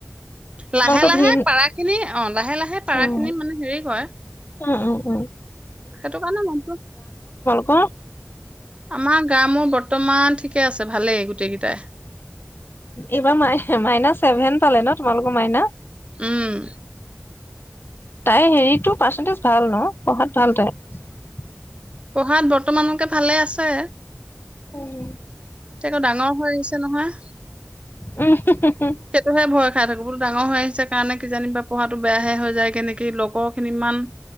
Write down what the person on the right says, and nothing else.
লাহে
লাহে
পাৰাখিনি লাহে লাহে পাৰা
খিনি মানে হেৰি হয়
সেইটো কাৰণে নামটো
আমাৰ গা মোৰ বৰ্তমান ঠিকে আছে ভালেই গোটেই কেইটাই
উম
পঢ়াত বৰ্তমানকে ভালে আছে
একো ডাঙৰ হৈ আহিছে নহয়
সেইটোহে ভয় ডাঙৰ হৈ আহিছে কাৰণে কিজানিবা পঢ়াতো বেয়াহে হৈ যায় কেনেকে লগৰ খিনি ইমান